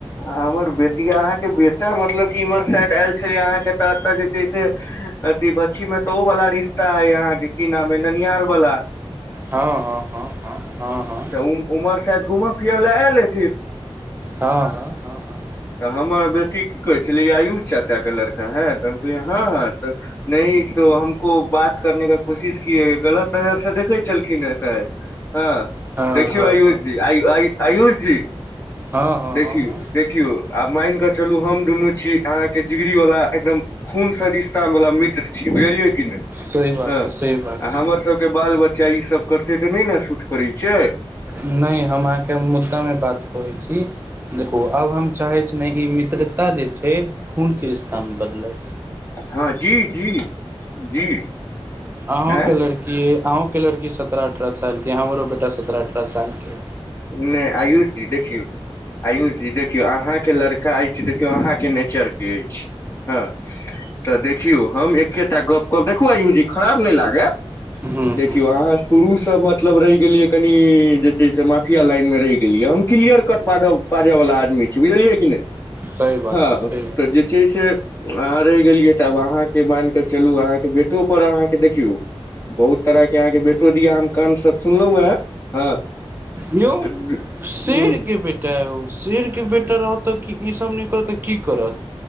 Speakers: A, on the left (about 30°); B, on the right (about 20°).
A: हमर बेटिया अहाँके बेटा मतलब की इम्हर शायद आयल छलै अहाँकेऽ एतऽ जे छै से अथि बचछी मे तऽ ओ वाला रिश्ता हय अहाँके की नाम अय ननिहाल वाला
B: हँ हँ हँ हँ हँ हँ
A: तऽ उम्हर शायद घूमऽ फिर ले आयल हेथिन
B: हँ हँ हँ हँ
A: तऽ हमर बेटी की कहै छेलै ई आयुष चाचा का लड़का है तऽ हम कहलियै हँ हँ तऽ नहि सो हमको बात करने का कोशिश किये गलत नजर से देखै छलखिन हे शायद हँ
B: हँ
A: देखियौ
B: हँ
A: आयुष
B: हँ
A: जी आयुष जी
B: हँ हँ
A: देखियौ
B: हँ हँ
A: देखियौ आ मानिकऽ चलु हम दुनू छी अहाँ के जिगरी वाला एकदम खून सँ रिस् वला मित्र छी बुझलियै की नय
B: सही बात
A: हँ
B: छै सही बात
A: आ
B: छै
A: हमर सब बाल बच्चा ई सब करतै तऽ नय न सूट करै छै
B: नय हम अहाँके मुद्दा मे बात करै छी देखू आब हम चाहे छी न ई मित्रता जे छै खून के रिस्ता मे बदलै
A: हँ जी जी जी
B: अहूँके
A: आँय
B: लड़की अहूँके लड़की सत्रह अठारह सालके हमरो बेटा सत्रह अठारह सालके
A: नय आयुष जी देखियौ आयुष जी देखियौ अहाँके लड़का अछि देखियौ अहाँके नेचर के अछि हँ तऽ देखियौ हम एकेटा गप्प कहब देखू आयूष जी खराब नय लागै
B: हूँ
A: देखियौ
B: हूँ
A: अहाँ शुरू से मतलब रहि गेलियै कनि जे छै से मात मुखिया लाइन मे रहि गेलियै हम क्लियर कट बाजय वला आदमी छी बुझलियै की नय
B: सही बात
A: हँ
B: छै, सही बात
A: तऽ जे छै से अहाँ रहि गेलियै तऽ आब अहाँके मानिकऽ चलू अहाँके बेेटो पर अहाँके देखियौ बहुत तरहके अहाँके बेटो दिया हम कांड सब सुनलौं हे हँ,
B: यौ
A: हूँ
B: शेरके बेटा हे उ शेरके बेटा रहतऽ तऽ कि ईसभ नय करत तऽ की करत!